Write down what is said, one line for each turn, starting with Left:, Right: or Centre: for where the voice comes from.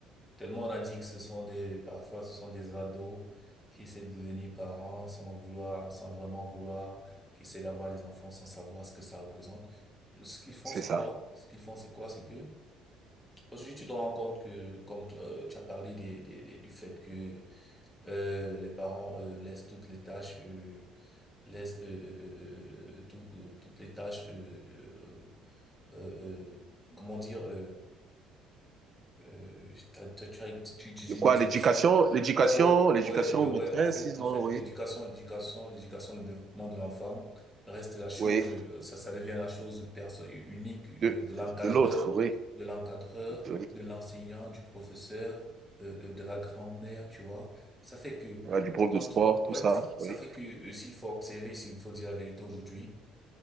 Centre: tellement on a dit que ce sont des, parfois ce sont des ados qui essaient de devenir parents sans vouloir, sans vraiment vouloir, qui essaient d'avoir des enfants sans savoir ce que ça représente. Euh, Ce qu'ils font,
Right: c'est
Centre: c'est
Right: ça.
Centre: quoi? Ce qu'ils font, c'est quoi? C'est que, aujourd'hui, tu te rends compte que, comme tu, euh, tu as parlé des, des, des- du fait que euh, les parents euh, laissent toutes les tâches, euh, laissent euh, euh, euh, euh, euh, euh, tout- euh, toutes les tâches, euh, euh, euh, euh, comment dire, euh, euh, t'as- t'as- tu as tu utilises
Right: De
Centre: une
Right: quoi?
Centre: expression.
Right: L'éducation, l'éducation,
Centre: Ouais, ouais,
Right: l'éducation
Centre: ouais, euh,
Right: maîtresse,
Centre: ouais. En fait,
Right: ils
Centre: en
Right: ont,
Centre: fait,
Right: oui,
Centre: l'éducation, l'éducation, l'éducation, le développement de l'enfant reste la chose,
Right: oui,
Centre: euh, ça, ça devient la chose perso- unique euh,
Right: de,
Centre: de l'encadreur,
Right: de l'autre, oui.
Centre: de l'encadreur,
Right: oui.
Centre: de l'enseignant, du professeur, euh, euh, de la grand-mère, tu vois. Ça fait que,
Right: Il y a du prof
Centre: entre-
Right: de sport,
Centre: ouais,
Right: tout ça,
Centre: ça, ça
Right: oui,
Centre: fait que euh, s'il faut observer, s'il faut dire la vérité aujourd'hui,